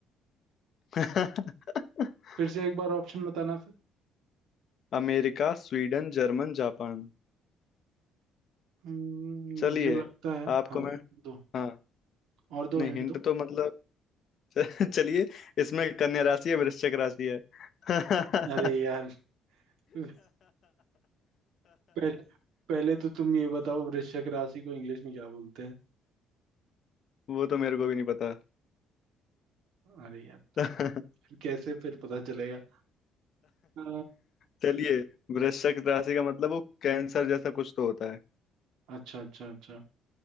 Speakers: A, on the left; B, on the right.
A: <laughs>
B: फिर से एक बार ऑप्शन बताना फिर
A: America Sweden German Japan
B: हम्म,
A: चलिए
B: मुझे लगता है
A: आपको
B: हाँ
A: मैं
B: दो
A: हाँ
B: और दो
A: नहीं
B: हिंट
A: हिंट
B: दो
A: तो मतलब <laughs> च- चलिए इसमें कन्या राशि है वृश्चिक राशि है <laughs> अरे,
B: अरे यार <laughs> पहले पहले तो तुम ये बताओ वृश्चिक राशि को इंग्लिश में क्या बोलते हैं
A: वो तो मेरे को भी नहीं पता
B: अरे यार तो
A: <laughs>
B: फिर कैसे फिर पता चलेगा अ,
A: चलिए वृश्चिक राशि का मतलब वो कैंसर जैसा कुछ तो होता है
B: अच्छा अच्छा अच्छा